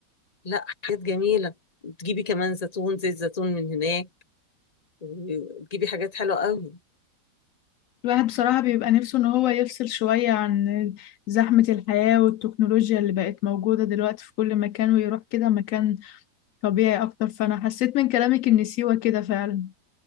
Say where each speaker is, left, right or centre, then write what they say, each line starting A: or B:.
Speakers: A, on the left; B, on the left.
A: لا حاجات جميلة تجيبي كمان زيتون زيت زيتون من هناك وتجيبي حاجات حلوة قوي
B: الواحد بصراحة بيبقى نفسه ان هو يفصل شوية عن زحمة الحياة والتكنولوجيا اللي بقت موجودة دلوقتي في كل مكان ويروح كده مكان طبيعي أكتر فأنا حسيت من كلامك إن سيوة كده فعلا